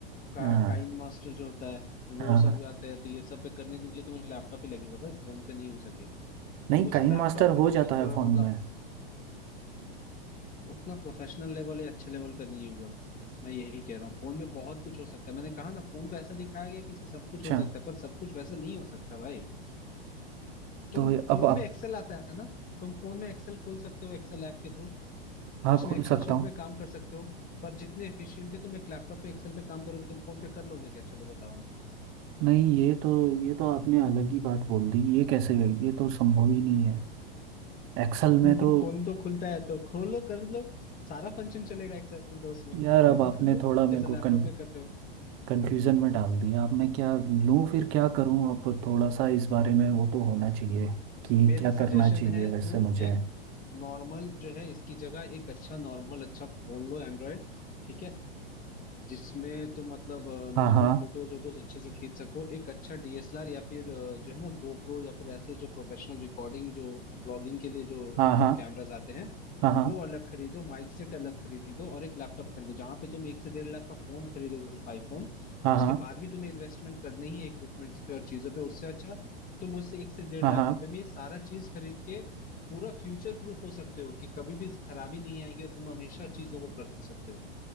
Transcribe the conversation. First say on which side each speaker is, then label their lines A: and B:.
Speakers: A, on the left (about 30°); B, on the right (about 45°).
A: का,
B: हाँ
A: काइन मास्टर जो होता है वो
B: हाँ
A: सब
B: हाँ।
A: आता है तो ये सब पे करने के लिए तुम्हें लैपटॉप ही लगेगा भाई फोन पे नहीं हो सकेगा
B: नहीं
A: अब उस
B: काइन
A: लैपटॉप
B: मास्टर
A: पे
B: हो
A: तुम्हें
B: जाता
A: क-
B: है फोन
A: मतलब
B: में
A: उतना प्रोफेशनल लेवल या अच्छे लेवल का नहीं होगा मैं यही कह रहा हूँ फोन में बहुत कुछ हो सकता है मैंने कहा ना फोन को ऐसा दिखाया गया कि इससे सब कुछ
B: अच्छा
A: हो सकता है पर सब कुछ वैसा नहीं हो सकता भाई तुम
B: तो ये- अब
A: फोन
B: आप
A: में एक्सेल आता है ना तुम फोन में एक्सेल खोल सकते हो एक्सेल ऐप के थ्रू
B: हाँ
A: उसमें
B: खोल
A: एक्सेल
B: सकता
A: शीट
B: हूँ
A: में काम कर सकते हो पर जितने एफिशिएंटली तुम एक लैपटॉप पे एक्सेल पे काम करोगे तुम फोन पे कर लोगे क्या चलो बताओ मुझे
B: नहीं ये तो ये तो आपने अलग ही बात बोल दी ये कैसे ये तो संभव ही नहीं है एक्सेल में
A: लेकिन
B: तो
A: फोन तो खुलता है तो खोलो कर लो सारा फंक्शन चलेगा एक्सेल का उसमें
B: यार अब
A: लेकिन
B: आपने
A: कर लो
B: थोड़ा मेरे
A: जैसा
B: को
A: लैपटॉप
B: कन,
A: में करते हो
B: कंफ्यूजन में डाल दिया अब मैं क्या लूँ फिर क्या करूँ अब थोड़ा सा इस बारे में वो तो होना चाहिए कि
A: मेरा
B: क्या
A: सजेशन
B: करना चाहिए
A: है
B: वैसे
A: तुम
B: मुझे
A: एक नॉर्मल जो है इसकी जगह एक अच्छा नॉर्मल अच्छा फोन लो एंड्रॉयड ठीक है जिसमें तुम मतलब
B: हाँ
A: नॉर्मल
B: हाँ
A: फोटोज वोटोज अच्छे से खींच सको एक अच्छा डीएसएलआर या फिर अ, जो है ना गोप्रो या फिर ऐसे जो प्रोफेशनल रिकॉर्डिंग जो ब्लॉगिंग के लिए जो
B: हाँ हाँ
A: कैमराज आते हैं
B: हाँ हाँ
A: वो अलग खरीदो माइक सेट अलग खरीदो और एक लैपटॉप खरीदो जहां पे तुम एक से डेढ़ लाख का फोन खरीदोगे सिर्फ आईफोन
B: हाँ
A: उसके बाद भी तुम्हें इन्वेस्टमेंट करनी ही इक्विपमेंट्स पे और चीजों पे उससे अच्छा तुम उस एक से डेढ़
B: हाँ
A: लाख
B: हाँ हाँ
A: रुपए में ये सारा चीज खरीद के पूरा फ्यूचर प्रूफ हो सकते हो कि कभी भी खराबी नहीं आएगी और तुम हमेशा चीजों को कर सकते हो